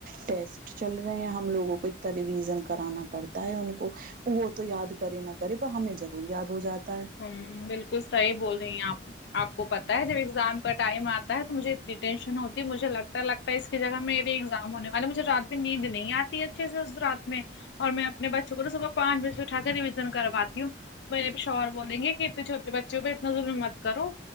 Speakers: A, on the right; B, on the left.
A: ٹیسٹ چل رہے ہیں ہم لوگوں کو اتنا ریویزن کرانا پڑتا ہے ان کو وہ تو یاد کرے نہ کرے پر ہمیں ضرور یاد ہو جاتا ہے
B: ہمم بالکل صحیح بول رہی ہیں آپ آپ کو پتا ہے جب ایگزام کا ٹائم آتا ہے تو مجھے اتنی ٹینشن ہوتی ہے مجھے لگتا اس کی جگہ میری ایگزام ہونے والے مجھے رات میں نیند نہیں آتی ہے اچھے سے اس رات میں اور میں اپنے بچوں کو نا صبح پانچ بجے سے اٹھا کے ریویزن کرواتی ہوں <unintelligible> شوہر بولیں گے کہ اتنے چھوٹے بچوں پہ اتنا ظلم مت کرو